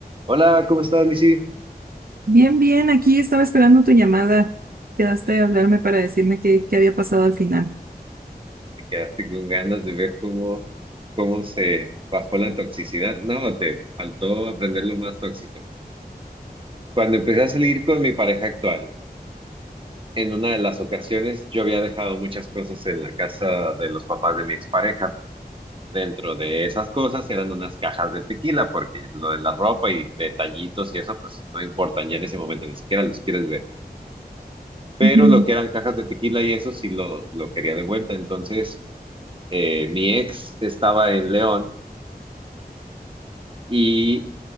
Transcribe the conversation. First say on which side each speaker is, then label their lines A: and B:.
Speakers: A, on the right; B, on the right.
A: Hola, ¿cómo estás, Lizzy?
B: Bien, bien, aquí estaba esperando tu llamada. Quedaste
A: Ah,
B: de hablarme para decirme qué, qué había pasado al final.
A: Te quedaste con ganas de ver cómo, cómo se bajó la toxicidad. No, te faltó aprender lo más tóxico. Cuando empecé a salir con mi pareja actual, en una de las ocasiones yo había dejado muchas cosas en la casa de los papás de mi expareja. Dentro de esas cosas eran unas cajas de tequila, porque lo de la ropa y detallitos y eso, pues no importan ya en ese momento, ni siquiera los quieres ver. Pero
B: Ujú.
A: lo que eran cajas de tequila y eso sí lo, lo quería de vuelta. Entonces... eh, mi ex estaba en León y